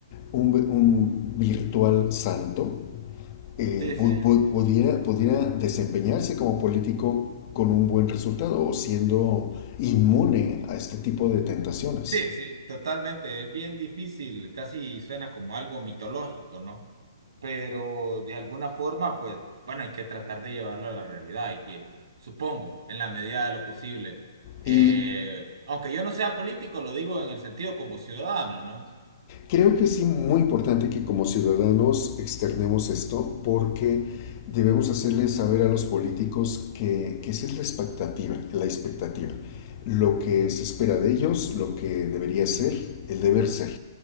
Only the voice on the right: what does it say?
Sí, sí,
sí, sí, totalmente. Es bien difícil, casi suena como algo mitológico, ¿no? pero de alguna forma, pues, bueno, hay que tratar de llevarlo a la realidad, hay que, supongo, en la medida de lo posible. Eh,
aunque yo no sea político, lo digo en el sentido como ciudadano, ¿no?